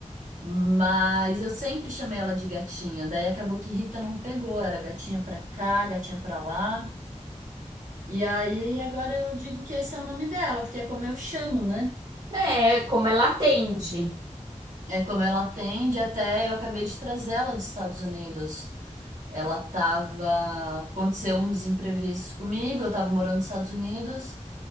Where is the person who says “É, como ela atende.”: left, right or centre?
Right